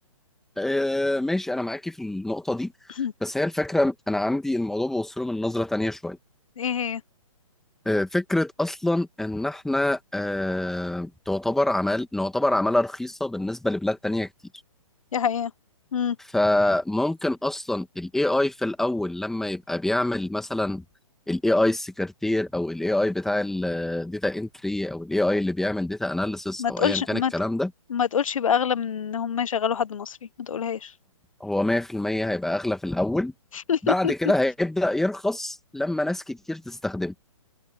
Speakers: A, in the centre; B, on the left (about 65°).
A: آه ماشي انا معاكي في النقطة دي
B: <coughs>
A: بس هي الفكرة انا عندي الموضوع بوصله من نظرة تانية شوية
B: ايه هي
A: آه، فكرة أصلا إن إحنا آه، تعتبر عمل نعتبر عمالة رخيصة بالنسبة لبلاد تانية كتير
B: دي حقيقة مم.
A: فممكن أصلا ال AI في الأول لما يبقى بيعمل مثلا ال AI السكرتير أو ال AI بتاع ال Data Entry أو ال AI اللي بيعمل Data Analysis
B: ما
A: أو
B: تقولش
A: أيا كان
B: ما
A: الكلام
B: ت...
A: ده
B: ما تقولش يبقى اغلى من ان هم يشغلوا حد مصري ما تقولهاش
A: هو 100% هيبقى أغلى في الأول
B: <laughs>
A: بعد كده هيبدأ يرخص لما ناس كتير تستخدمه